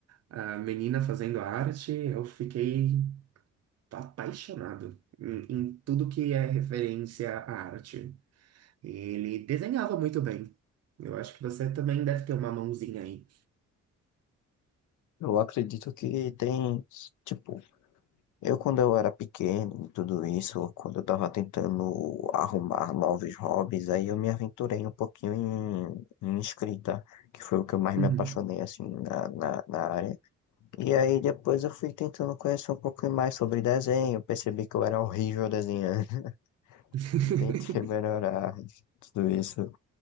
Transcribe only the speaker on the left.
Eu acredito que tem, tipo, Eu, quando eu era pequeno, e tudo isso, quando eu tava tentando arrumar novos hobbies, aí eu me aventurei um pouquinho em, em escrita, que foi o que eu mais
me apaixonei, assim, na, na, na área. E aí depois eu fui tentando conhecer um pouco mais sobre desenho, percebi que eu era horrível desenhando, <laughs>
e tentei melhorar tudo isso.